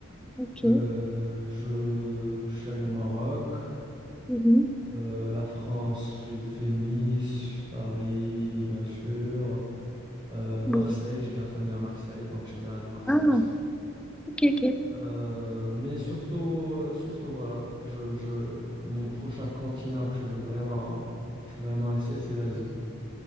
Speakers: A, in the centre; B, on the right (about 20°).
A: Ok.
B: euh, je, je suis allé au Maroc.
A: Mhm.
B: Euh, la France, j'ai fait Nice, Paris, bien sûr. Euh, Marseille,
A: Mhm.
B: j'ai de la famille à Marseille, donc j'aime bien aller à Marseille
A: Ah,
B: aussi.
A: ok, ok.
B: Euh, mais surtout, euh, surtout voilà, je, je, mon prochain continent que je veux vraiment, je veux vraiment essayer, c'est l'Asie.